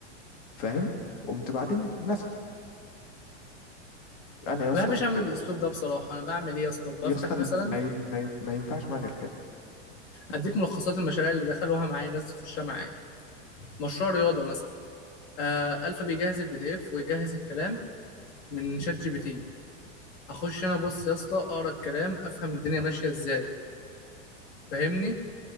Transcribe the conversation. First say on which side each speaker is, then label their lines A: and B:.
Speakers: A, on the left (about 40°); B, on the left (about 65°).
A: فاهم قمت بعدين ماسكه انا يا اسطى
B: ما بحبش
A: قمت
B: اعمل الاسلوب ده بصراحه انا بعمل ايه يا اسطى بفتح
A: يا اسطى
B: مثلا
A: ما ي- ما ي- ما ينفعش معايا غير كده
B: هديك ملخصات المشاريع اللي دخلوها معايا الناس تخشها معايا مشروع رياضه مثلا آه الفا بيجهز البي دي اف ويجهز الكلام من شات جي بي تي هخش انا بص يا اسطى اقرا الكلام افهم الدنيا ماشيه ازاي فاهمني